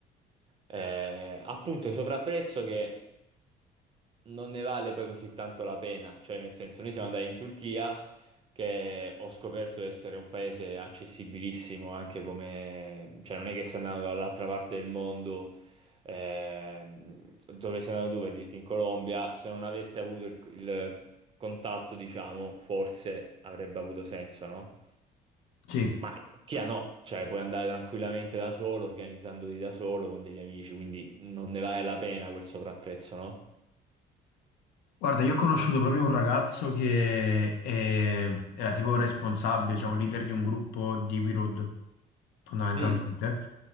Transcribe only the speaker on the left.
sì.
Guarda, io ho conosciuto proprio un ragazzo che è- era tipo responsabile, cioè un leader di un gruppo di WeRoad, fondamentalmente.